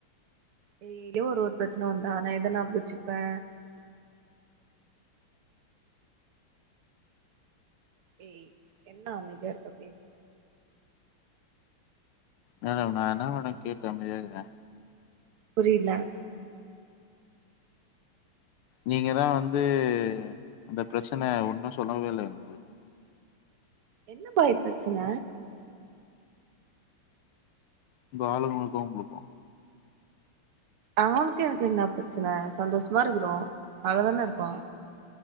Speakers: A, on the right; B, on the left.
A: டெய்லியு ஒரு ஒரு பிரச்சன வந்தா நா எத ஞாபகோ வச்சிப்பே ஏய் என்ன அமைதியா இருக்க பேசு
B: மேடம் நா என்ன மேடம் கேட்டு அமைதியாயிருகுறே
A: புரியில
B: நீங்கதா வந்து அந்த ப்ரச்சன ஒன்னு சொல்லவே இல்லங்
A: என்ன பாய் பிரச்சன
B: அந்த ஆளுங்களுக்கு உங்களுக்கு
A: ஆளுக்கு எனக்கு என்ன பிரச்சன சந்தோஷமா இருக்கிறோ நல்லா தானே இருக்கோ